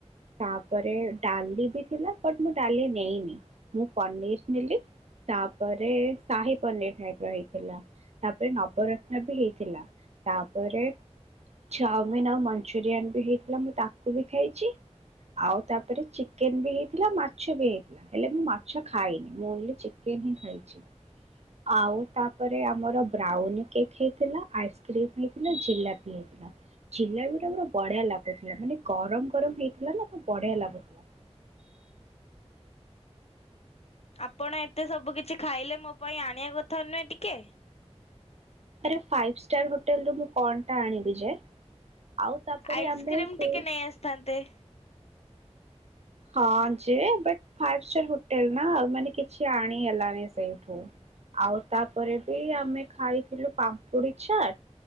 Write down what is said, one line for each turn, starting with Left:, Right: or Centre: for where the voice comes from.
Right: ତାପରେ ଡାଲି ବି ଥିଲା ବଟ୍ ମୁଁ ଡାଲି ନେଇନି ମୁଁ ପନିର ନେଲି ତାପରେ ସାହି ପନିର ଟାଇପ ର ହେଇଥିଲା ତାପରେ ନବରତ୍ନ ବି ହେଇଥିଲା ତାପରେ। ଚାଓମିନ୍ ଆଉ ମଞ୍ଚୁରିଆନ ବି ହେଇଥିଲା। ମୁଁ ତାକୁ ବି ଖାଇଛି ଆଉ ତାପରେ ଚିକେନ ବି ହେଇଥିଲା ମାଛ ବି ହେଇଥିଲା ହେଲେ ମୁଁ ମାଛ ଖାଇନି ମୁଁ ଓନ୍ଲି ଚିକେନ ହିଁ ଖାଇଛି ଆଉ ତାପରେ ଆମର ବ୍ରାଉନିକେକ୍ ହେଇଥିଲା ଆଇସ୍କ୍ରିମ ହେଇଥିଲା ଜିଲାପି। ବି ହେଇଥିଲା ଜିଲାବି ଟା ପୁରା ବଢିଆ ଲାଗୁଥିଲା ମାନେ ଗରମ ଗରମ ହେଇଥିଲା ନା ତ ବଢିଆ ଲାଗୁଥିଲା।
Left: ଆପଣ ଏତେ ସବୁ କିଛି ଖାଇଲେ ମୋ ପାଇଁ ଆଣିବା କଥା ନୁହେଁ ଟିକେ।
Right: ଆରେ ଫାଇଭ୍ ଷ୍ଟାର ହୋଟେଲ ରୁ ମୁଁ କଣ ଟା ଆଣିବି ଯେ। ଆଉ ତାପରେ
Left: ଆଇସ୍କ୍ରିମ
Right: ଆମେ ସେ
Left: ଟିକେ ନେଇ ଆସିଥାନ୍ତେ।
Right: ହଁ ଯେ ବଟ୍ ଫାଇଫ୍ ଷ୍ଟାର ହୋଟେଲ ନା ଆଉ ମାନେ କିଛି ଆଣି ହେଲାନି ସେଇଠୁ ଆଉ ତାପରେ ବି ଆମେ ଖାଇଥିଲୁ ପାମ୍ପୁଡି ଚାଟ